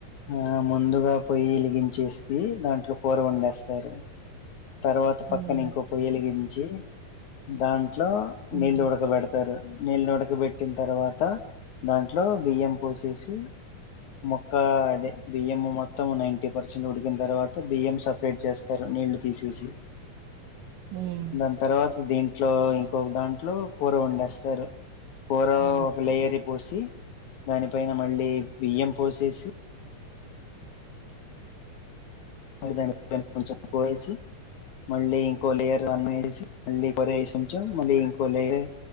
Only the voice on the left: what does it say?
ఆ ముందుగా పోయి వెలిగించేసి దాంట్లో కూర వండేస్తారు. తర్వాత పక్కన
ఇంకో పొయ్య వెలిగించి దాన్ ఇంట్లో
నీళ్ళు ఉడకబడతారు. నీళ్ళు ఉడకబెట్టిన తర్వాత దాంట్లో బియ్యం పోసేసి మొక్క అదే బియ్యం మొత్తం నైన్టి పర్సెంట్ ఉడికిన తర్వాత, బియ్యం సపరేట్ చేస్తారు. నీళ్లు తీసేసి
దాని తర్వాత దీంట్లో ఇంకొక దాంట్లో కూర వండేస్తారు. కూర
ఒక లేయర్ పోసి దానిపైన మళ్ళీ బియ్యం పోసేసి దాని కొంచెం పోేసి <unintelligible> మళ్ళీ ఇంకో లేయర్ అన్నమేసి మళ్ళీ కొర వేసంచం మళ్ళీ ఇంకో లేయర్